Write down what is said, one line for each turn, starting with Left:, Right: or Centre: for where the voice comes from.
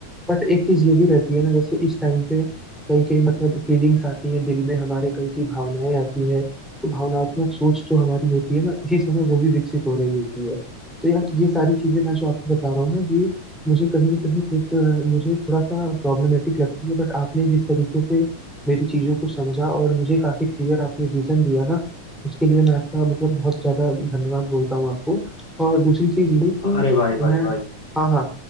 Centre: बट एक चीज ये भी रहती है ना जैसे इस टाइम पे कई कई मतलब फीलिंग्स आती हैं दिल में हमारे कई कई भावनाएं आती हैं तो भावनात्मक सोच जो हमारी होती है ना इसी समय वो भी विकसित हो रही होती है तो यार ये सारी चीजें मैं जो आपको बता रहा हूँ ना ये मुझे कहीं ना कहीं एक अ, मुझे थोड़ा सा प्रॉब्लमेटिक लगती है बट आपने जिस तरीके से मेरी चीजों को समझा और मुझे काफी क्लियर आपने विजन दिया ना उसके लिए मैं आपका मतलब बहुत ज्यादा धन्यवाद बोलता हूँ आपको और दूसरी चीज ये कि
Left: अरे भाई भाई
Centre: मैं
Left: भाई
Centre: हाँ हाँ